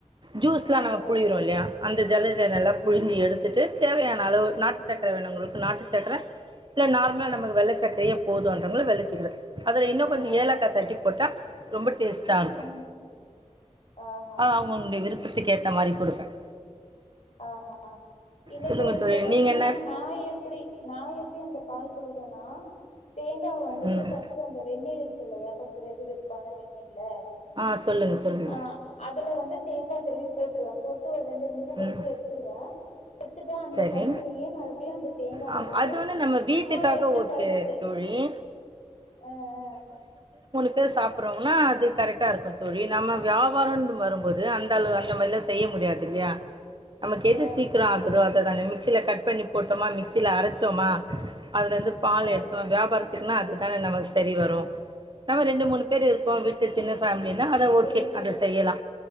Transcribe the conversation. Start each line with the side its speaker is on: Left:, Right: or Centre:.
Right: ஜூஸ் எல்லாம்
Left: ஆஹ
Right: நம்ம புளியோரோம் இல்லையா அந்த ஜல்லட எல்லாம் புழிஞ்சி எடுத்துட்டு தேவையான அளவு நாட்டு சக்கர வேணும்ங்களுக்கு நாட்டு சக்கர நார்மலான நமக்கு வெள்ளச்சக்கரய போதும் வெள்ளச்சக்கிற அதல கொஞ்சம்
Left: ஆஹ
Right: ஏலாக்காய் தட்டி போட்டா ரொம்ப டேஸ்ட்டாக இருக்கும்
Left: ம் ஆஹ ஆ
Right: அது அவுங்களுடைய விருப்பத்துக்கு ஏற்ற மாதிரி கொடுப்பேன்
Left: ஆஹா இல்ல
Right: சொல்லுங்க
Left: தோழி இப்ப பாத்தீங்கன்னா
Right: நீங்க என்ன
Left: நா எப்டி நா எப்டி அந்த பால் புழிவேனா தேங்கா வந்துட்டு
Right: ம்
Left: ஃபஸ்ட் அந்த வெந்நீர் இருக் இல்லயா கொஞ்சம் வெது வெதுப்பான வெந்நீர் ல
Right: ஆ சொல்லுங்க சொல்லுங்க
Left: ஆ அதுல வந்து தேங்கா திருவி போட்ருவ போட் ட்டு ஒரு ரெண்டு நிமிஷ கழிச்சு
Right: ம்
Left: வ எடுத்துட்டா அந்த
Right: சரி
Left: தண்ணியயே மறுபடியு அந்த தேங்கால
Right: ஆ
Left: போட்டு
Right: அது வந்து நம்ம வீட்டுக்காக
Left: சும்மா ரெண்டு
Right: ஓகே
Left: பல்ஸ்
Right: தோழி
Left: ஆ ஆ
Right: ல சாப்புட்றோனா அது கரெக்ட்டா இருக்கு தோழி நம்ம வியாவாரன்ற வரும்போது அந்த அள அந்த மாரிலா செய்ய முடியாது இல்லயா நமக்கு எது
Left: ஆ
Right: சீக்கிர ஆகு தானே மிக்சியில கட் பண்ணி போட்டோமா மிக்சியில அரச்சோமா அதுலேருந்து பால்
Left: ஓ
Right: எடுத்தோ வியாாரத்துக்குன்னா அது அது நம்மளுக்கு செரி வரு நம்ம ரெண்டு மூணு பேரு இருக் இப்போ விட்டு சின்ன ஃபேமிலினா அத ஓகே
Left: புரியுது
Right: அத
Left: புரியுது
Right: செய்யலா